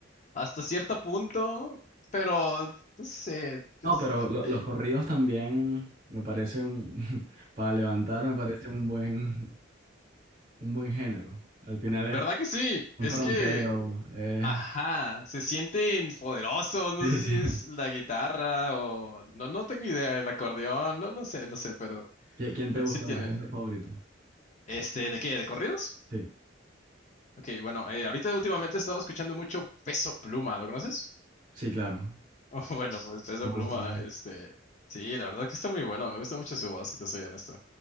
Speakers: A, on the left (about 40°); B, on the right (about 45°).
A: hasta cierto punto, pero no sé, es
B: No, pero
A: algo
B: lo- los
A: ahí.
B: corridos también me parece un, <laughs> para levantar me parece un buen, un buen género. Al final
A: ¿Verdad
B: es
A: que sí?
B: un
A: Es
B: fronteo.
A: que,
B: es-
A: ajá, se sienten poderosos. No
B: Sí,
A: sé
B: sí.
A: si es la guitarra o no, no tengo idea, el acordeón, no, no sé, no sé, pero,
B: ¿Qui- ¿Quién
A: pero
B: te gusta
A: sí tienen.
B: más? ¿Quién es tu favorito?
A: Este, ¿de qué? ¿De corridos?
B: Sí,
A: Ok, bueno, eh, ahorita últimamente he estado escuchando mucho Peso Pluma, ¿lo conoces?
B: sí, claro.
A: <laughs> bueno, pues Peso
B: Me gusta,
A: Pluma,
B: me gusta.
A: este, sí, la verdad que está muy bueno, me gusta mucho su voz, si te soy honesto.